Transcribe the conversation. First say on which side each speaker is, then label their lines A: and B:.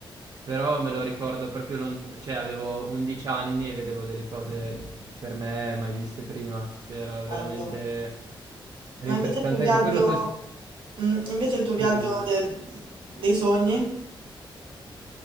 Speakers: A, on the right; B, on the right.
A: Però me lo ricordo proprio lontano, cioè avevo 11 anni e vedevo delle cose per me mai viste prima, cioè era veramente
B: bello.
A: rinfrescante
B: Ma invece il tuo viaggio,
A: anche quello, poi
B: mm, invece il tuo viaggio
A: dimmi dimmi.
B: de- dei sogni?